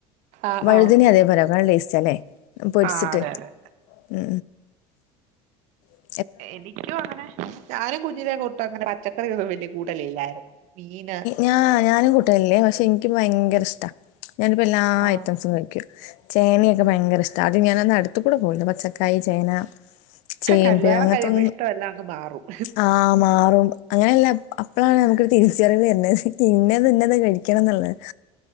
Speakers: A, on the right; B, on the left.
A: ആഹ്
B: വഴുതന്െ
A: ആഹ്
B: അതേപോലെക്ക നല്ല ടേസ്റ്റില്ലേ പൊരിച്ചിട്ട്
A: ആഹ് അതെ അതെ
B: ഉ ഉ
A: എനിക്കും അങ്ങനെ ഞാനും കുഞ്ഞിലെക്കൊട്ടും അങ്ങനെ പച്ചക്കറൊന്നും വലിയ കൂടലില്ലായിരുന്നു മീന്
B: ഞാ ഞാനും കൂട്ടല്ലേ പക്ഷെ എനിക്ക് ഭയങ്കര ഇഷ്ടാ ഞാനിപ്പോ എല്ലാ
A: ആഹ്
B: ഐറ്റംസും കഴിക്കും ചേനയൊക്കെ ഭയങ്കര ഇഷ്ട അത് ഞാന അടു കൂടെ പോവില്ല. പച്ചക്കായ ചേന ചേമ്പ്
A: കല്യാണം
B: അങ്ങനത്തൊന്നും
A: കഴിയുമ്പോ ഇഷ്ടമെല്ലാം അങ്ങ് മാറും
B: ആഹ മാറും അങ്ങനെയല്ല അപ്പഴാണ് നമുക്കരു തി ചെറിവ് വര ഇന്നെത്ന്നത് കഴിക്കണംന്നുള്ളത്